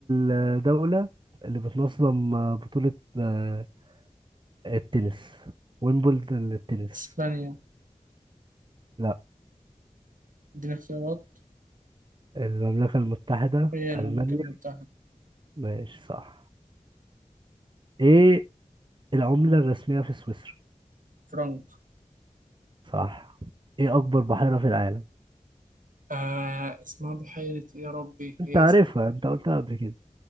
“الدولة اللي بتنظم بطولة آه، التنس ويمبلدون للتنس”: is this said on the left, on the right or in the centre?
Right